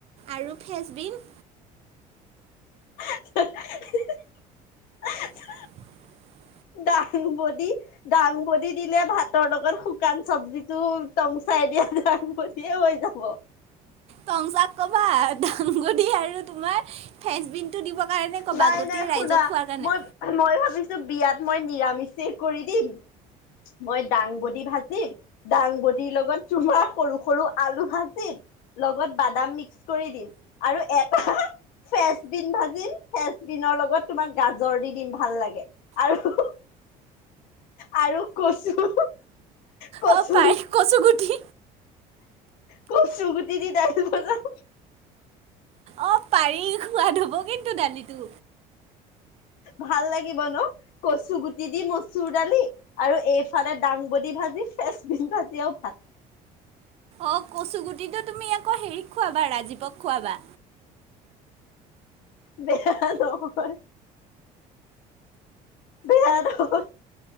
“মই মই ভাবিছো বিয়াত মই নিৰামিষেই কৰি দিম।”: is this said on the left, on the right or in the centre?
Left